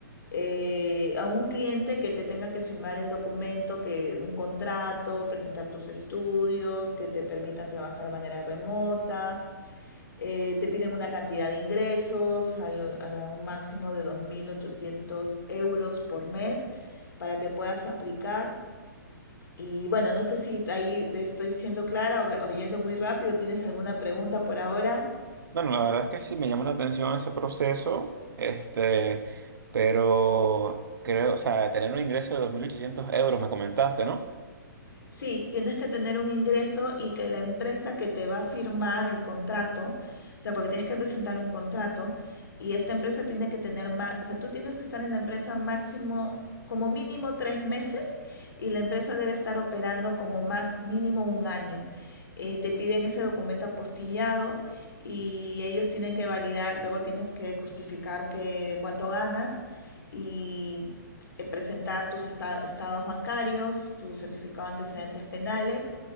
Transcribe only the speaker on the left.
eh, a un cliente que te tenga que firmar el documento, que un contrato, presentar tus estudios, que te permitan trabajar de manera remota eh, te piden una cantidad de ingresos a, lo- a un máximo de 2.800 euros por mes para que puedas aplicar. Y bueno, no sé si ahí estoy siendo clara, habla- oyendo muy rápido. ¿Tienes alguna pregunta por ahora?
Sí, tienes que tener un ingreso y que la empresa que te va a firmar el contrato, o sea, porque tienes que presentar un contrato y esta empresa tiene que tener más, o sea, tú tienes que estar en la empresa máximo, como mínimo tres meses y la empresa debe estar operando como max, mínimo un año. Eh, te piden ese documento apostillado y ellos tienen que validar, luego tienes que justificar que cuánto ganas y eh, presentar tus estados bancarios, tu certificado de antecedentes penales